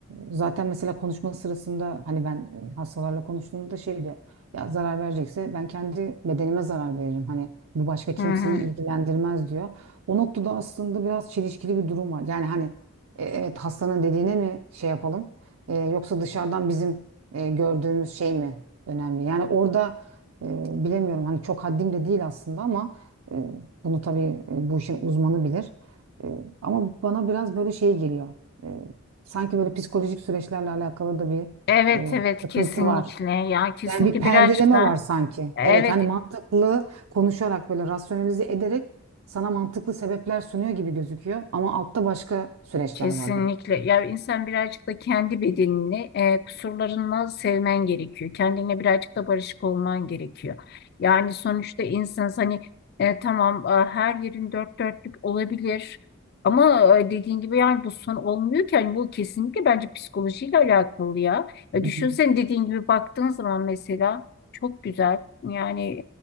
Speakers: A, on the right; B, on the left.
A: zaten mesela konuşma sırasında hani ben e, hastalarla konuştuğumda şey diyor. Ya zarar verecekse ben kendi bedenime zarar veririm. Hani bu başka kimseyi
B: Hı hı.
A: ilgilendirmez diyor. O noktada aslında biraz çelişkili bir durum var. Yani hani e, evet hastanın dediğine mi şey yapalım e, yoksa dışarıdan bizim e, gördüğümüz şey mi önemli? Yani orada e, bilemiyorum hani çok haddim de değil aslında ama e, bunu tabii e, bu işin uzmanı bilir. E, ama bana biraz böyle şey geliyor. E, sanki böyle psikolojik süreçlerle alakalı da bir
B: Evet
A: e,
B: evet
A: sıkıntı
B: kesinlikle
A: var.
B: ya kesinlikle
A: Yani bir perdeleme
B: birazcık da
A: var sanki.
B: evet
A: Evet hani mantıklı konuşarak böyle rasyonalize ederek sana mantıklı sebepler sunuyor gibi gözüküyor ama altta başka süreçler
B: Kesinlikle.
A: var gibi.
B: Ya insan birazcık da kendi bedenini e, kusurlarınla sevmen gerekiyor. Kendine birazcık da barışık olman gerekiyor. Yani sonuçta insan hani e, tamam e, her yerin dört dörtlük olabilir. Ama e, dediğin gibi yani bu son olmuyor ki. Hani bu kesinlikle bence psikolojiyle alakalı ya. E,
A: Hı
B: düşünsene
A: hı.
B: dediğin gibi baktığın zaman mesela çok güzel. Yani